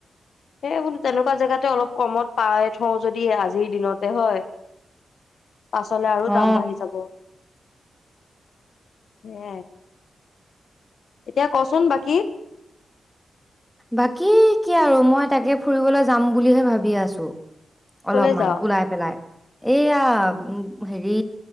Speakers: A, on the left; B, in the centre.
A: সেয়ে বোলো তেনেকুৱা জেগাতে অলপ কমত পাই থওঁ যদি আজিৰ দিনতে হয় পাছলে আৰু
B: অ
A: দাম বাঢ়ি যাব হে এতিয়া কচোন বাকী
B: বাকী কি আৰু মই তাকে ফুৰিবলৈ যাম বুলিহে ভাবি আছো
A: কলে
B: অলপমান
A: যাও
B: ওলাই পেলাই এয়া
A: অ
B: হে হে